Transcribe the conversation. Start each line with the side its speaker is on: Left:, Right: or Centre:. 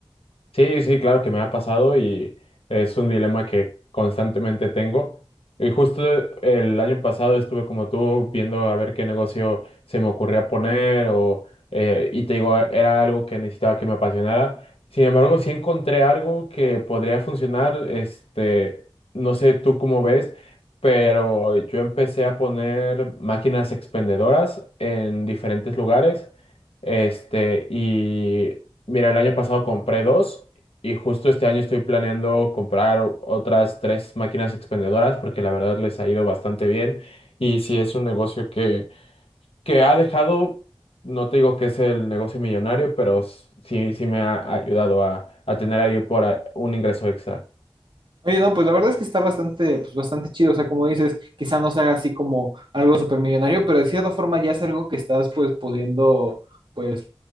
Left: Sí, sí, claro que me ha pasado y es un dilema que constantemente tengo. Y justo el año pasado estuve como tú viendo a ver qué negocio se me ocurría poner o, eh, y te digo, era algo que necesitaba que me apasionara. Sin embargo, sí encontré algo que podría funcionar, este, no sé tú cómo ves, pero yo empecé a poner máquinas expendedoras en diferentes lugares. Este, y Mira, el año pasado compré dos y justo este año estoy planeando comprar o- otras tres máquinas expendedoras porque la verdad les ha ido bastante bien y sí es un negocio que, que ha dejado, no te digo que es el negocio millonario, pero s- sí, sí me ha ayudado a, a tener ahí por a- un ingreso extra.
Right: Oye, no, pues la verdad es que está bastante, pues bastante chido. O sea, como dices, quizá no sea así como algo supermillonario, pero de cierta forma ya es algo que estás pues pudiendo pues